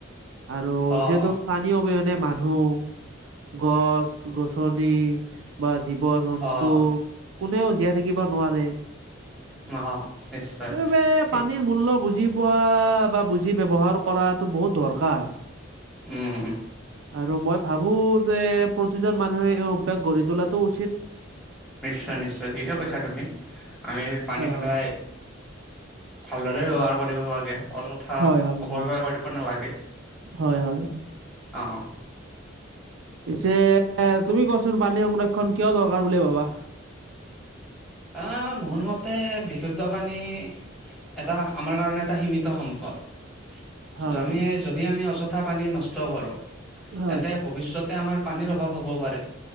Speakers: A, on the right; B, in the centre.
A: আৰু
B: অ',
A: যিহেতু পানী। পানী অবিহনে মানুহ। গছ গছনি বা জীৱ জন্তু।
B: অ',
A: কোনেও জীয়াই থাকিব নোৱাৰে?
B: অ', নিশ্চয়
A: সেইবাবে
B: ঠিক
A: পানীৰ মূল্য বুজি। পোৱা বা বুজি ব্যৱহাৰ কৰাটো বহুত দৰকাৰ।
B: উম,
A: আৰু মই ভাবো যে। প্ৰতিজন মানুহে এই অভ্যাস গঢ়ি তোলাটো উচিত।
B: নিশ্চয় নিশ্চয় ঠিকে কৈছা তুমি আমি পানী
A: অ',
B: সদায়। ভালদৰে ব্যৱহাৰ কৰিব লাগে অযথা অপব্যৱহাৰ
A: হয়, হয়, হয়।
B: কৰিব। কৰিব নালাগে।
A: হয় হয়।
B: অহ অহ।
A: পিছে তুমি কচোন পানী সংৰক্ষণ কিয় দৰকাৰ বুলি ভাবা।
B: অহ মোৰ মতে বিশুদ্ধ পানী। এটা আমাৰ কাৰণে এটা সীমিত সম্পদ।
A: হয়।
B: যদি যদি আমি অযথা পানী নষ্ট কৰোঁ
A: হয়,
B: তেন্তে। ভৱিষ্যতে আমাৰ পানীৰ অভাৱ হ'ব পাৰে।